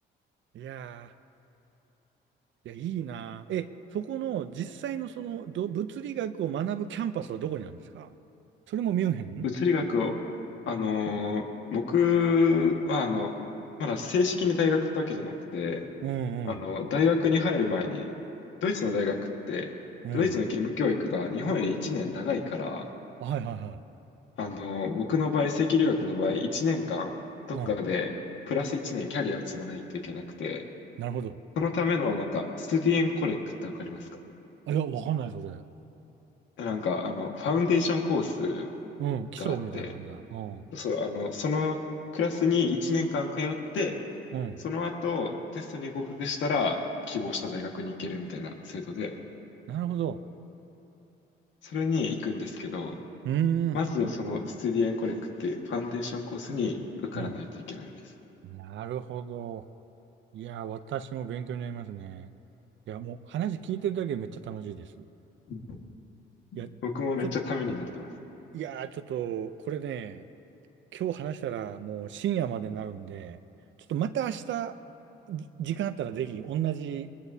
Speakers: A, on the right (about 70°); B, on the left (about 70°).
A: いやー。いや、いいな。え、そこの実際のそのど物理学を学ぶキャンパスはどこにあるんですかそれもミュンヘン
B: 物理学を、あのー僕はあの、まだ正式に大学ってわけじゃなくて、
A: うん
B: あの、大学に入る前に、ドイツの大学って、
A: うん。
B: ドイツの義務教育が日本より1年長いから、
A: うん。はいはいはい。
B: あの、僕の場合、正規留学の場合、1年間、どっかで、
A: うん。
B: プラス1年キャリアを積まないといけなくて、
A: なるほど。
B: そのための、なんか、スティエンコレックってわかりますか
A: あ、いや、わかんない、それ。
B: なんか、あの、ファウンデーションコース
A: うん。基礎みたいな感じだ。
B: があって、
A: うん。
B: そう、あの、そのクラスに1年間通って、
A: うん。
B: その後、テストに合格したら、希望した大学に行けるみたいな制度で、
A: なるほど。
B: それに行くんですけど、
A: うーん。
B: まずそのステディアンコレクっていうファンデーションコースに受からないといけないです。
A: うん。なるほど。いや、私も勉強になりますね。いや、もう話聞いてるだけでめっちゃ楽しいです。い
B: うん
A: や、
B: 僕もめっちゃためになってます。
A: ちょ、いや、ちょっと、これね、今日話したらもう深夜までになるんで、ちょっとまた明日、じ時間あったらぜひ同じ、